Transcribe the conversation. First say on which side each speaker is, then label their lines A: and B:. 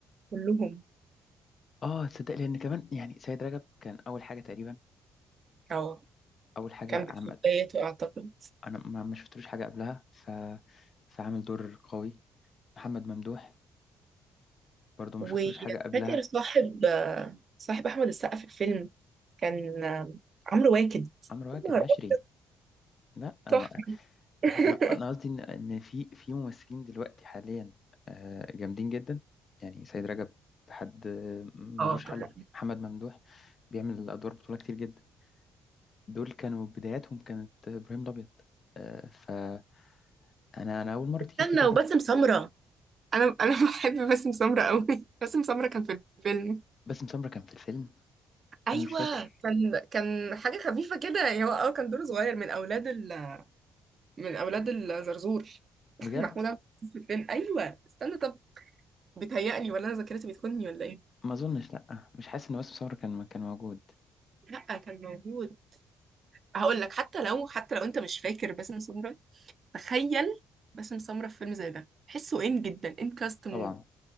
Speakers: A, on the right; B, on the left.
A: كلهم
B: اه تصدق لان كمان يعني سيد رجب كان اول حاجه تقريبا
A: اه
B: اول حاجه
A: كان في
B: عمل
A: بدايته اعتقد
B: انا ما ما شفتلوش حاجه قبلها ف فعمل دور قوي محمد ممدوح برضو ما
A: وفاكر
B: شفتلوش حاجه قبلها
A: صاحب صاحب احمد السقا في الفيلم كان عمرو واكد
B: عمرو
A: يا
B: واكد
A: نهار
B: عشري
A: أبيض،
B: لا ما...
A: تحفه <laughs>
B: يعني انا انا قصدي ان إن في في ممثلين دلوقتي حاليا آه، جامدين جدا يعني سيد رجب حد آه، ملوش
A: اه طبعا
B: حل محمد ممدوح بيعمل ادوار بطوله كتير جدا دول كانوا بداياتهم كانت ابراهيم الابيض آه، فانا انا اول مره
A: استنى
B: تيجي الفكره
A: وباسم
B: دي
A: سمره انا انا <laughs> بحب باسم سمره قوي <laughs> باسم سمره كان في الفيلم
B: باسم سمرة كان في الفيلم
A: ايوه
B: انا مش فاكر
A: كان كان حاجه خفيفه كده يعني هو اه كان دوره صغير من اولاد ال... من اولاد الزرزور <laughs>
B: بجد
A: محمود عبد العزيز في الفيلم ايوه استنى طب بيتهيألي ولا انا ذاكرتي بتخوني ولا ايه
B: ما اظنش لا مش حاسس ان باسم سمرة كان كان موجود
A: لا كان موجود هقول لك حتى لو حتى لو انت مش فاكر باسم سمرة تخيل باسم سمرة في فيلم زي ده تحسه ان جدا ان كاست
B: طبعا
A: مود